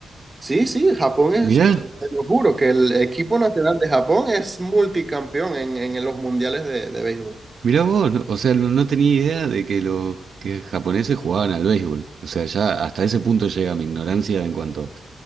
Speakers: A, on the right; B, on the right.
A: Sí, sí, Japón es,
B: Mirá,
A: te lo juro, que el equipo nacional de Japón es multicampeón en, en los mundiales de, de béisbol.
B: mirá vos. no- O sea, no, no tenía idea de que los que japoneses jugaban al béisbol. O sea, ya hasta ese punto llega mi ignorancia en cuanto